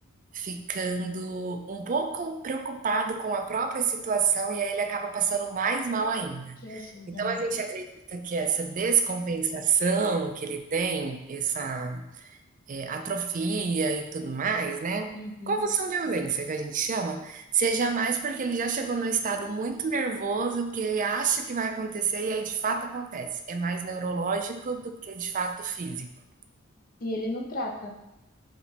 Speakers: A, on the right; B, on the left.
A: ficando um pouco preocupado com a própria situação e aí ele acaba passando mais mal ainda.
B: Jesus,
A: Então
B: amado.
A: a gente acredita que essa descompensação que ele tem, essa é, atrofia e tudo mais, né?
B: Uhum.
A: Convulsão de ausência, que a gente chama, seja mais porque ele já chegou num estado muito nervoso que ele acha que vai acontecer e aí de fato acontece. É mais neurológico do que de fato físico.
B: E ele não trata,